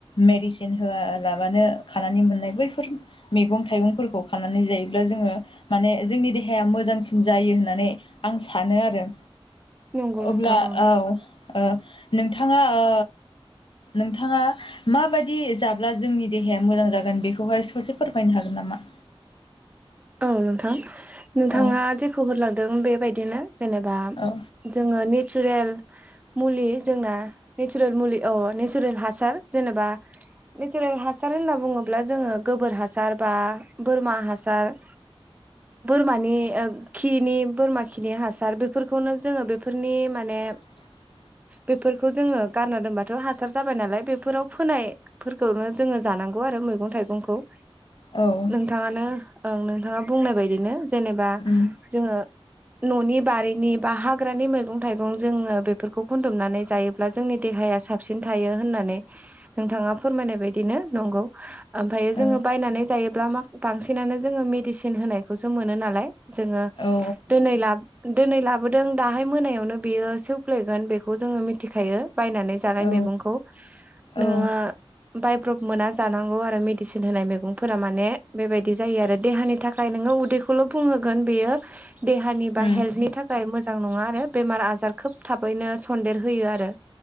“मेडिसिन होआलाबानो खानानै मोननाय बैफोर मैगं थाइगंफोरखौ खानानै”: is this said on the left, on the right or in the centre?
Left